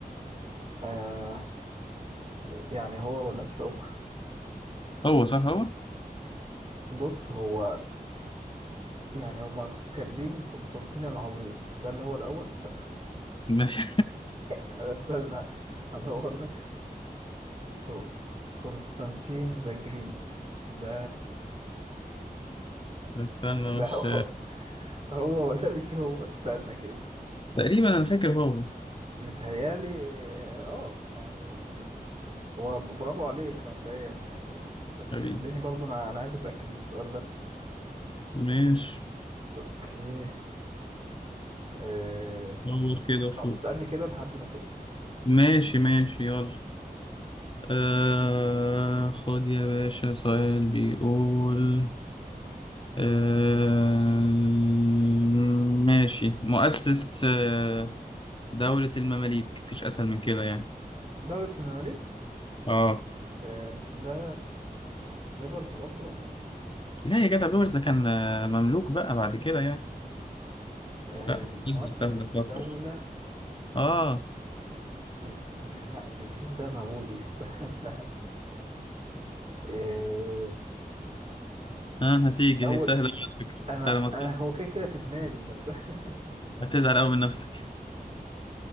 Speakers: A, on the right; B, on the left.
A: آه يعني هو ولا مش هو
B: هو صح هو
A: بص هو يعني هما كاتبين قسطنطين العظيم ده اللي هو الاول <laughs>
B: ماشي
A: أنا استنى هدور لك كون- قسطنطين ذا جريت ده
B: <laughs> استنى
A: ده
B: مش
A: هو هو ولا مش هو استنى كده
B: تقريبا أنا فاكر هو
A: متهيالي اه يعني هو ب- برافو عليك مبدئيا يعني بس
B: حبيبي
A: خليني برضو انا انا عايز اتاكد من السؤال ده
B: ماشي
A: اوكي آه...
B: دور كده وشوف
A: طب اسالني كده لحد ما اشوف
B: ماشي ماشي يلا آه خد يا باشا سؤال بيقول آه ماشي مؤسس آه، دولة المماليك مفيش أسهل من كده يعني
A: دولة المماليك
B: اه
A: آه مش ده بيبرز برضو ولا ايه
B: لا يا جدع بيوش ده كان آه، مملوك بقى بعد كده يعني
A: آه
B: لا أكيد
A: مؤسس
B: سهل
A: الدولة
B: تفكر اه
A: ج... لا جنكيز ده مغولي <laughs> استنى آه...
B: اه هتيجي
A: اول
B: هي سهلة على فكرة
A: انا
B: انت لما تقول
A: انا هو كده كده في دماغي بس <laughs>
B: هتزعل قوي من نفسك